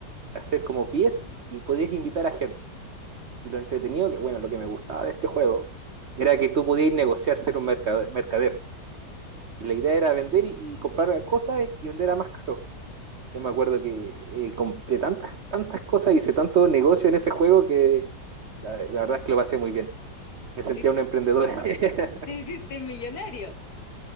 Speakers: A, on the right; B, on the left.
A: hacer como piezas y podías invitar a gente. Y lo entretenido, que bueno, lo que me gustaba de este juego era que tú podías negociar ser un mercader. mercader. Y la idea era vender y, y comprar cosas y vender a más caro. Yo me acuerdo que eh, compré tantas, tantas cosas, hice tanto negocio en ese juego que la, la verdad es que lo pasé muy bien. Me sentía
B: te hici-
A: un emprendedor <laughs>
B: te hiciste millonario.